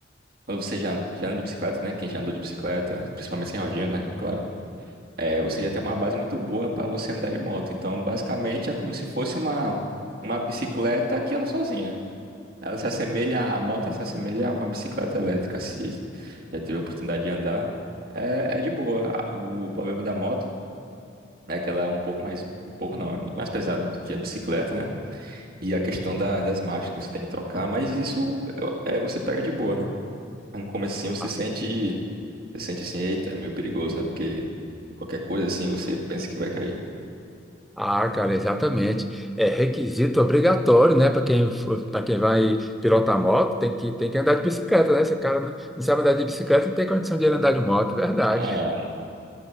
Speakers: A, on the right; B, in the centre.
A: quando você já, já anda de bicicleta, né? Quem já andou de bicicleta, principalmente sem rodinha, né? Claro. é, você já tem uma base muito boa para você andar de moto. Então, basicamente, é como se fosse uma, uma bicicleta que anda sozinha. Ela se assemelha, a moto se assemelha a uma bicicleta elétrica, se já teve a oportunidade de andar. É, é de boa. A- O problema da moto é que ela é um pouco mais, um pouco não, é muito mais pesada do que a bicicleta, né? E a questão da- das marchas que você tem que trocar, mas isso eu- é, você pega de boa, né? Mas no comecinho você
B: Ah,
A: sente, você sente assim, eita, é meio perigoso, né? Porque qualquer coisa assim você pensa que vai cair.
B: ah, cara, exatamente. É requisito obrigatório, né? Para quem, para quem vai pilotar moto, tem que, tem que andar de bicicleta, né? Se o cara não não sabe andar de bicicleta, não tem condição de ele andar de moto, é verdade.
A: Ah,